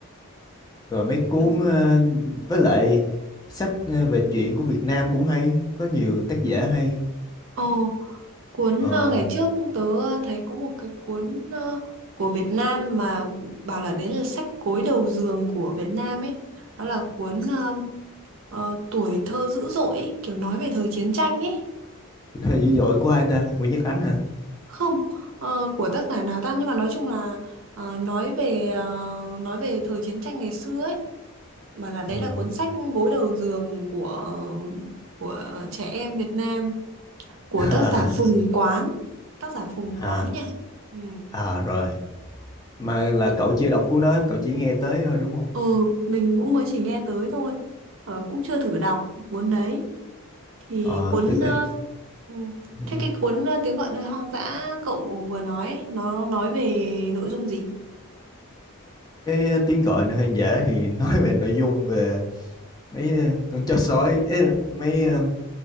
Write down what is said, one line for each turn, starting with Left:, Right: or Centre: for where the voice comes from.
Left: rồi mấy cuốn
Right: Dạ.
Left: ờ, với lại sách ờ, về truyện của Việt Nam cũng hay có nhiều tác giả hay
Right: Ồ, cuốn
Left: ờ
Right: ờ, ngày trước tớ thấy có một cái cuốn ờ, của Việt Nam mà bảo là đấy là sách gối đầu giường của Việt Nam ấy. Đó là cuốn ờ, ờ, Tuổi thơ dữ dội ấy, kiểu nói về thời chiến tranh ấy.
Left: thời dữ dội của ai ta Nguyễn Nhật Ánh hả
Right: Không, ờ, của tác giả nào ta nhưng mà nói chung là ờ, nói về ờ, nói về thời chiến tranh ngày xưa ấy. Bảo là đấy
Left: ừ.
Right: là cuốn sách gối đầu giường của của trẻ em Việt Nam
Left: <laughs>
Right: của
Left: à
Right: tác giả Phùng Quán tác giả Phùng
Left: à
Right: Quán nha ừ.
Left: à rồi mà là
Right: Ừ.
Left: cậu chưa đọc cuốn đó cậu chỉ nghe tới thôi đúng không
Right: ừ mình cũng mới chỉ nghe tới thôi ờ, cũng chưa thử đọc cuốn đấy thì
Left: ờ
Right: cuốn
Left: tức
Right: ờ,
Left: là
Right: ừ.
Left: ừ.
Right: thế cái cuốn ờ, tiếng gọi nơi hoang dã cậu vừa nói ấy, nó nói về nội dung gì
Left: cái ờ, tiếng gọi nơi hoang dã thì <laughs> nói về nội dung về mấy ờ, con chó sói ấy là mấy ờ,